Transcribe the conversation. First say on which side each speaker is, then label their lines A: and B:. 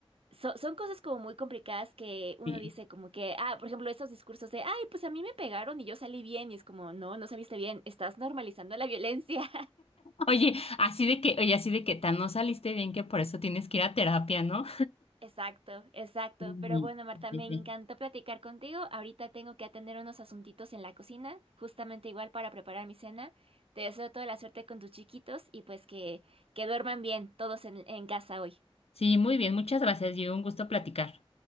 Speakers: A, on the right (about 70°); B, on the left (about 80°).
A: so- son cosas como muy complicadas que uno
B: Sí.
A: dice como que, ah, por ejemplo, esos discursos de, ay, pues a mí me pegaron y yo salí bien, y es como, no, no saliste bien, estás normalizando la violencia.
B: Oye, así de que, oye, así de que tan no saliste bien que por eso tienes que ir a terapia, ¿no?
A: Exacto, exacto.
B: Sí,
A: Pero bueno, Marta,
B: sí,
A: me encantó
B: sí.
A: platicar contigo. Ahorita tengo que atender unos asuntitos en la cocina, justamente igual para preparar mi cena. Te deseo toda la suerte con tus chiquitos y pues que, que duerman bien todos en, en casa hoy.
B: Sí, muy bien, muchas gracias y un gusto platicar.